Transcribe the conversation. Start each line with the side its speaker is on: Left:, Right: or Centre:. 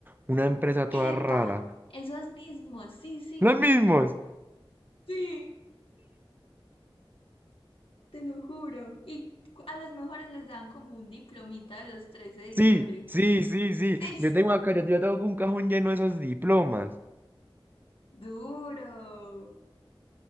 Right: Una empresa toda
Left: ¡Epa!
Right: rara.
Left: Esos mismos, sí, sí.
Right: ¡Los mismos!
Left: Sí. te lo juro. Y a los mejores les daban como un diplomita de los tres editores.
Right: Sí, sí, sí, sí.
Left: Sí.
Right: Yo tengo acá, yo, yo tengo un cajón lleno de esos diplomas.
Left: Duro.